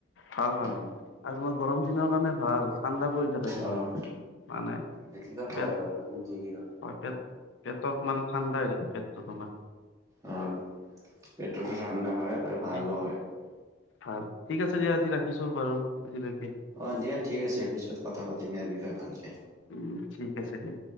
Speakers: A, on the left; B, on the right.
A: ভাল-ভাল
B: উম
A: আৰু তোমাৰ গৰম দিনৰ কাৰণে ভাল। ঠাণ্ডা পৰি থাকে তোমাৰ,
B: অ',
A: মানে
B: সেইটোতো হয়
A: পেট
B: বাৰু তুমি ঠিকেই ক'লা।
A: হয়, পেট-পেট পেটত মানে ঠাণ্ডা হৈ থাকে। পেটটো তোমাৰ
B: অ, পেটতো ঠাণ্ডা হয় আৰু ভালো
A: এই
B: হয়।
A: ভাল ঠিক আছে দিয়া আজি ৰাখিছো বাৰু আজিলৈকে
B: অ দিয়া ঠিক আছে পিছত কথা পাতিম ইয়াৰ বিষয়ে ভালকে
A: উম ঠিক আছে দিয়া।